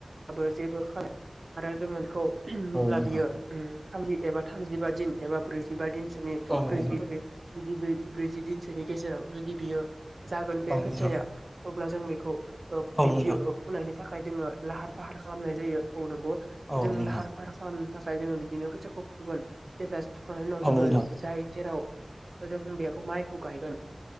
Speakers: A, on the right; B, in the centre.
A: बो जेबो आरो जोङो बेखौ अब्ला
B: औ नोंथां
A: बियो थामजि एबा थामजिबा दिन एबा ब्रैजिबा दिनसोनि
B: औ नोंथां
A: ब्रैजिब ब्रैजि दिनसोनि गेजेराव जुदि बियो जागोन बे
B: औ नोंथां
A: खोथियाया अब्ला जों बेखौ अ
B: औ
A: बिदि
B: नोंथां
A: अ फुनायनि थाखाय जोङो लाहार फाहार खालामनाय जायो औ नोंगौ
B: औ
A: जों
B: नोंथां
A: लाहार फाहार खालामनो थाखाय जोङो बिदिनो खुथियाखौ फुगोन जेब्ला फुखांनायनि उनाव
B: औ
A: जोङो
B: नोंथां
A: जाय जेराव जोखोम बेयाखौ माइखौ गायगोन